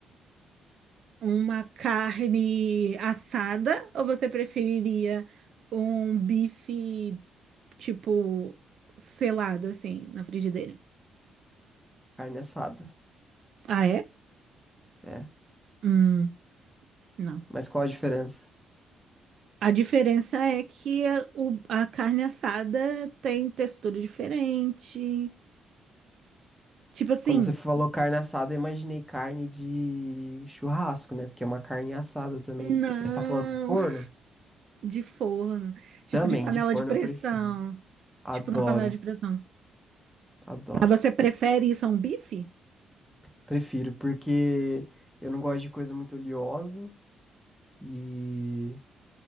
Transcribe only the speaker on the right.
uma carne assada ou você preferiria um bife? tipo, selado assim na frigideira.
Ah, é?
Hum, não.
A diferença é que a, o- a carne assada tem textura diferente. Tipo assim,
não,
<laughs> de forno, tipo
de panela
de pressão.
Tipo na panela de pressão.
Mas você prefere isso a um bife?